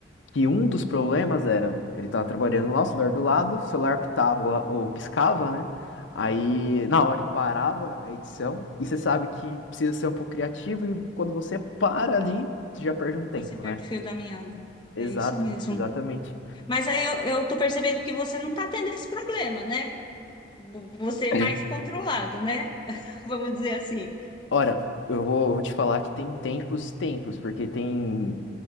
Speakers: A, on the left (about 80°); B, on the left (about 25°).
A: que um dos problemas era, ele tava trabalhando lá, o celular do lado, o celular pitava ou piscava, né? Aí,
B: É.
A: na hora, ele parava a edição, e você sabe que precisa ser um pouco criativo, e quando você para ali, você já perde um tempo,
B: Você perde
A: né?
B: o fio da meada.
A: Exato,
B: É isso mesmo.
A: exatamente.
B: Mas aí eu, eu tô percebendo que você não tá tendo esse problema, né? Você é
A: É.
B: mais controlado, né? <laughs> Vamos dizer assim.
A: Ora, eu vou, vou te falar que tem tempos e tempos, porque tem,